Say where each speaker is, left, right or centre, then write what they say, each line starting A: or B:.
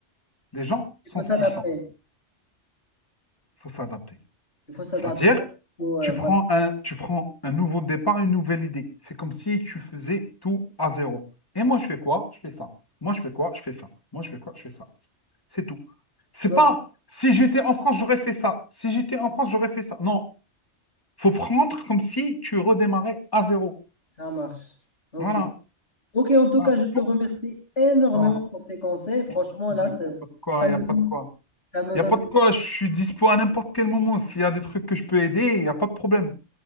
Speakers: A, on the left (about 20°); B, on the left (about 70°).
A: Les gens sont
B: Il faut s'adapter,
A: ce qu'ils sont. Il faut s'adapter.
B: il faut s'adapter,
A: C'est-à-dire,
B: il faut,
A: tu
B: euh, voilà.
A: prends un, tu prends un nouveau départ, une nouvelle idée. C'est comme si tu faisais tout à zéro. Et moi, je fais quoi? Je fais ça. Moi, je fais quoi? Je fais ça. Moi, je fais quoi? Je fais ça. C'est tout. C'est
B: Donc,
A: pas, si j'étais en France, j'aurais fait ça. Si j'étais en France, j'aurais fait ça. Non. Faut prendre comme si tu redémarrais à zéro.
B: ça marche. Ok.
A: Voilà.
B: Ok, en tout
A: Ah,
B: cas, je te
A: faut-
B: remercie énormément
A: Voilà.
B: pour ces conseils. Franchement,
A: Il
B: là,
A: n'y a
B: ça,
A: pas de quoi,
B: ça
A: il
B: me
A: n'y a pas
B: donne,
A: de quoi.
B: ça me
A: Il
B: donne.
A: n'y a pas de quoi, je suis dispo à n'importe quel moment. S'il y a des trucs que je peux aider, il n'y a pas de problème.